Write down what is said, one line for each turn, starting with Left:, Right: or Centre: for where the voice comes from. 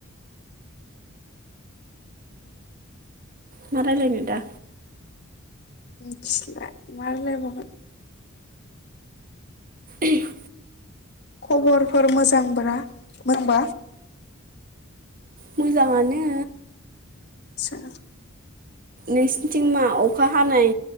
Right: मारायलायनो दा।
Left: मिथिला मा रायलाय बावगोन।
Right: ए <unintelligible>
Left: खबरफोर मोजांब्रा होनबा।
Right: मोजाङानो।
Left: सोर?
Right: नोंसिनिथिं मा अखा हानाय